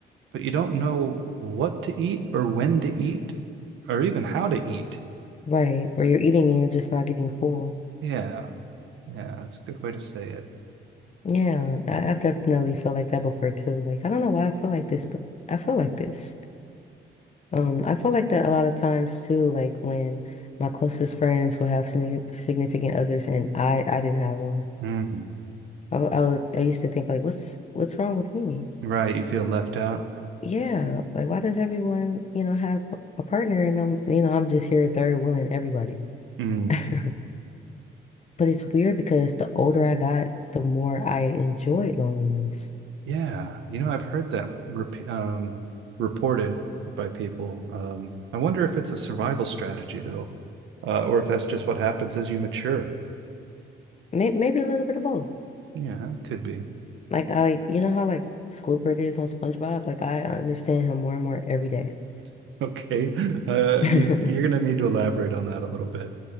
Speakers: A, on the right; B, on the left.
A: but you don't know what to eat or when to eat or even how to eat.
B: Right. Or you're eating and you're just not getting full.
A: Yeah. Yeah, that's a good way to say it.
B: Yeah, I, I've definitely felt like that before too. Like I don't know why I feel like this, but I feel like this. Um, I feel like that a lot of times too, like when my closest friends will have signi- significant others and I I didn't have one.
A: Mm.
B: I, would- I would, I used to think like, what's what's wrong with me?
A: Right, you feel left out.
B: Yeah, like why does everyone, you know, have a partner and I'm, you know, I'm just here third wheeling everybody.
A: Mm.
B: <laughs> But it's weird because the older I got, the more I enjoyed loneliness.
A: Yeah, you know, I've heard that rep um, reported by people. Um, I wonder if it's a survival strategy though, uh, or if that's just what happens as you mature.
B: May maybe a little bit of both.
A: Yeah, it could be.
B: Like I like, you know how like Squidward is on SpongeBob? Like I understand him more and more every day.
A: <laughs> Okay. Uh, you,
B: <laughs>
A: you're going to need to elaborate on that a little bit.